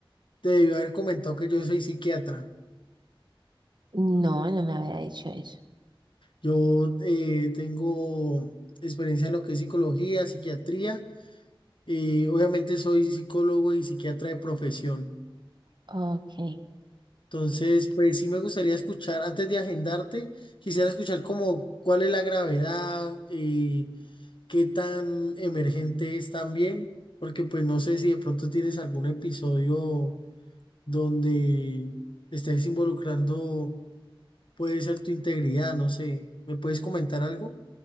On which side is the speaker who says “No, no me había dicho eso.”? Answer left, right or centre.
Right